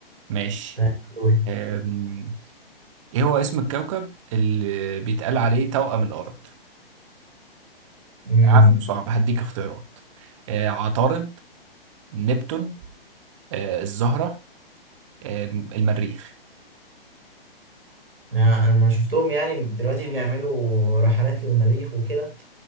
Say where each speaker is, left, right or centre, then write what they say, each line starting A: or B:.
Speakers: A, on the right; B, on the right.
A: ماشي
B: طيب، دورك
A: أم، ايه هو اسم الكوكب اللي بيتقال عليه توأم الأرض؟
B: امم
A: عارف انه صعب هديك اختيارات آه عطارد نبتون آه الزهرة آه المريخ
B: يعني انا شفتهم يعني دلوقتي بيعملوا رحلات للمريخ وكده